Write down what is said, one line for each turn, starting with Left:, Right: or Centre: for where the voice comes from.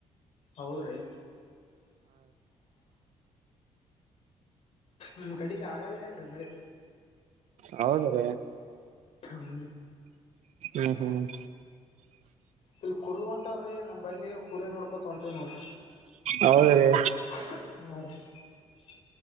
Left: ಹೌದ್ರಿ ನಮ್ ಕಡೆಗೆ ಆಗಲ್ಲ ಏನ್ ರೀ ಮಳೆ
Right: ಹೌದ ರೀ
Left: ಹ್ಮ್
Right: ಹ್ಮ್ ಹ್ಮ್
Left: ಇಲ್ ಕುರಿ ಹೊಂಟಾವ್ರಿ ನಮಲ್ಲಿ ಕುರಿ ನೋಡ್ಕೊತ ಹೊಂಂತೇವ್ ನೋಡ್ರಿ
Right: ಹೌದ್ರಿ
Left: ಆ